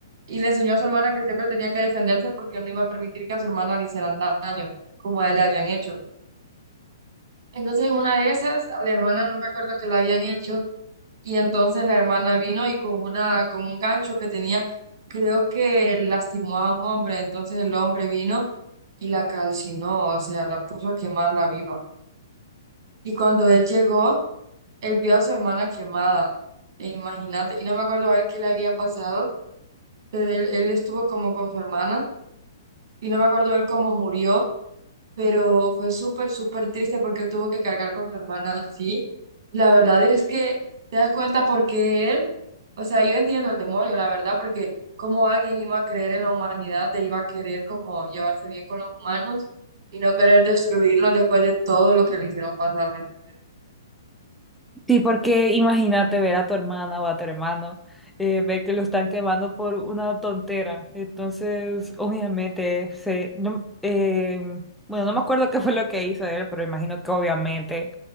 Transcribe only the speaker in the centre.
Sí, porque imagínate ver a tu hermana o a tu hermano, eh, ver que lo están quemando por una tontera. Entonces, obviamente, se, no, eh, bueno, no me acuerdo qué fue lo que hizo él, pero imagino que obviamente